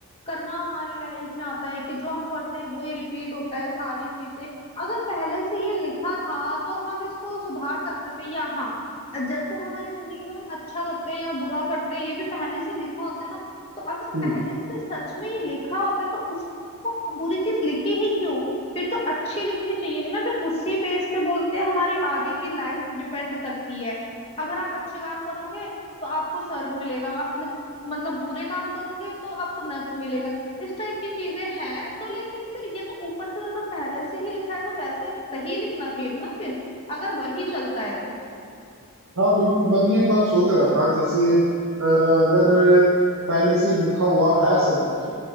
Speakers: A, on the left; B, on the right.
A: कर्मा हमारी लाइफ में आता है कि जो हम करते हैं वही रिपीट होता है सारी चीजें अगर पहले से ये लिखा था तो हम इसको सुधार सकते थे या हाँ जैसे हमारी जिंदगी में हम अच्छा करते हैं या बुरा करते हैं ये भी पहले से लिखा होता है ना तो अगर
B: हम्म
A: पहले से सच में ये लिखा होता है तो उसको बुरी चीज लिखी ही क्यों फिर तो अच्छी लिखनी चाहिए थी ना फिर उसी बेस पे बोलते हैं हमारी आगे की लाइफ डिपेंड करती है अगर आप अच्छे काम करोगे तो आपको स्वर्ग मिलेगा आप न, मतलब बुरे काम करोगे तो आपको नरक मिलेगा इस टाइप की चीजें हैं तो लेकिन फिर ये तो ऊपर से अगर पहले से ही लिखा है तो वैसे सही लिखना चाहिए था ना फिर अगर वही चलता है तो
B: हाँ बिल्कुल मैं भी एक बात सोच रहा था जैसे अ, अगर पहले से ही लिखा हुआ है सब कुछ